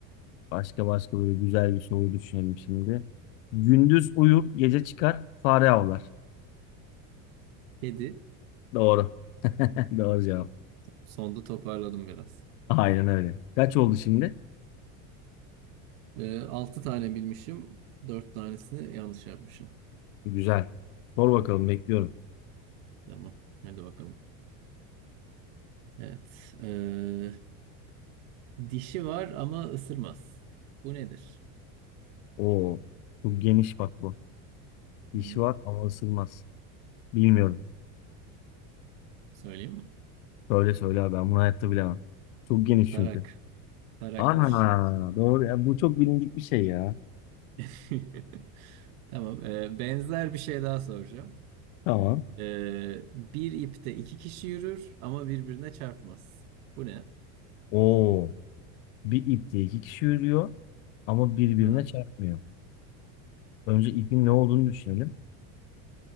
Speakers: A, on the left; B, on the right.
A: Başka başka böyle güzel bir soru düşünelim şimdi. Gündüz uyur, gece çıkar, fare avlar.
B: Kedi.
A: Doğru. <laughs> Doğru cevap.
B: Sonda toparladım biraz.
A: Aynen öyle. Kaç oldu şimdi?
B: Ee, 6 tane bilmişim. 4 tanesini yanlış yapmışım.
A: Güzel. Sor bakalım bekliyorum.
B: Tamam. Hadi bakalım. Evet. Ee, Dişi var ama ısırmaz. Bu nedir?
A: Oo, çok geniş bak bu. Dişi
B: Hı,
A: var ama ısırmaz. Bilmiyorum.
B: söyleyeyim mi?
A: Söyle söyle abi ben bunu hayatta bilemem. Çok geniş
B: Tarak.
A: çünkü.
B: Tarakmış.
A: Ana doğru. Ya bu çok bilindik bir şey ya.
B: <laughs> Tamam. e, benzer bir şey daha soracağım.
A: Tamam.
B: E, bir ipte iki kişi yürür ama birbirine çarpmaz. Bu ne?
A: Oo, bir ipte iki kişi yürüyor ama birbirine
B: Hı?
A: çarpmıyor. Önce ipin ne olduğunu düşünelim.